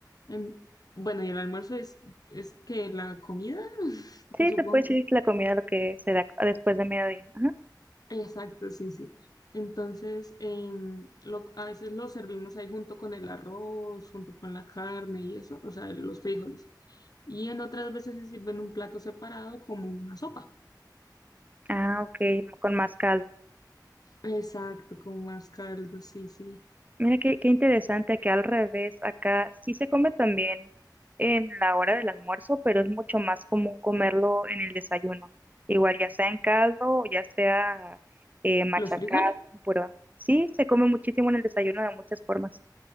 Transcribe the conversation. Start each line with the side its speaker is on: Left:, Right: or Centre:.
Left: En- bueno, y el almuerzo es, es que la comida, <laughs>
Right: Sí,
Left: supongo.
Right: se puede decir que la comida lo que se da después de mediodía. Ajá.
Left: Exacto, sí, sí. Entonces, em, lo- a veces lo servimos ahí junto con el arroz, junto con la carne y eso, o sea, los frijoles. Y en otras veces se sirve en un plato separado como una sopa.
Right: Ah, ok, con más caldo.
Left: Exacto, con más caldo, sí, sí.
Right: Mira qué, qué interesante que al revés, acá sí se come también en la hora del almuerzo, pero es mucho más común comerlo en el desayuno. Igual ya sea en caldo o ya sea eh, machacado,
Left: ¿Los frijoles?
Right: pero sí se come muchísimo en el desayuno de muchas formas.